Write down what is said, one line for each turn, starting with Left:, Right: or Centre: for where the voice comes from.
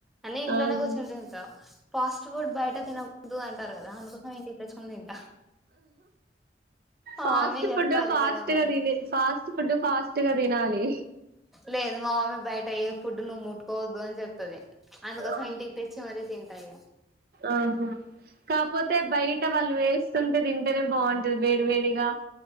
Centre: అని ఇంట్లోనే
Right: ఆహా
Centre: కూర్చుంట ఉంటావు ఫాస్ట్ ఫుడ్ బయట తినకూద్దు అంటారు కదా అందుకోసం ఇంటికి తెచ్చుకుని తింట
Right: ఫాస్ట్
Centre: మమ్మీ చెప్పాలి
Right: ఫుడ్ ఫాస్ట్
Centre: కదా మరి
Right: గా దిని ఫాస్ట్ ఫుడ్ ఫాస్ట్ గా దినాలి
Centre: లేదు మా మమ్మీ బయట ఏ ఫుడ్ నువ్వు ముట్టుకోవద్దు అని చెప్తది అందుకోసం
Right: అవును
Centre: ఇంటికి తెచ్చి మరీ తింటా ఇగ
Right: ఆహా కాపోతే బయట వాళ్ళు వేస్తుంటే తింటేనే బాగుంటది వేడి వేడిగా